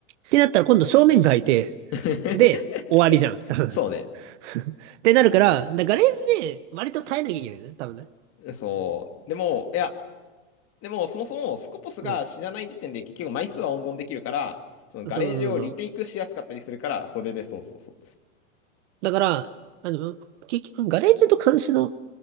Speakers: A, on the right; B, on the left.
A: てなったら、今度正面が開いて、
B: <laughs>
A: で、終わりじゃん。多分
B: そうね。
A: <laughs> ってなるから、だガレージで割と耐えなきゃいけないね。多分ね。
B: そう。でも、いや、でも、そもそもスコポスが知らない時点で結局枚数は温存できるから、
A: うん。
B: そのガレージをリテイクしやすかったりするから、
A: そうそうそう。
B: それでそうそうそ
A: だから、あの、結局、ガレージと監視の